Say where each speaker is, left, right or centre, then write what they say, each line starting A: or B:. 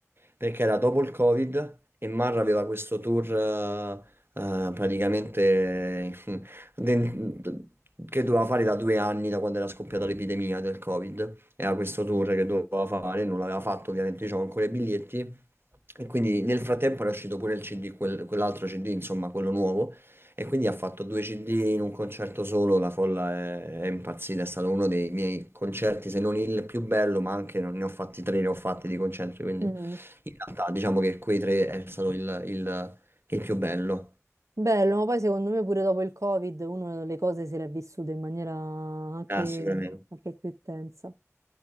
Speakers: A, on the right; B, on the right.
A: Perché era dopo il Covid e Marra aveva questo tour eh, eh, praticamente <laughs> den- che doveva fare da due anni, da quando era scoppiata l'epidemia del Covid. Era questo tour che doveva fare, non l'aveva fatto, ovviamente, diciamo, ancora i biglietti. E quindi nel frattempo era uscito pure il CD, quel- quell'altro CD, insomma, quello nuovo. E quindi ha fatto due CD in un concerto solo, la folla è, è impazzita, è stato uno dei miei concerti, se non il più bello, ma anche non- ne ho fatti tre, ne ho fatti di concerti, quindi
B: Mhm.
A: in realtà diciamo che quei tre è stato il, il- il più bello.
B: Bello, ma poi secondo me pure dopo il Covid, uno le cose se le ha vissute in maniera anche,
A: Ah, sicuramente.
B: anche più intensa.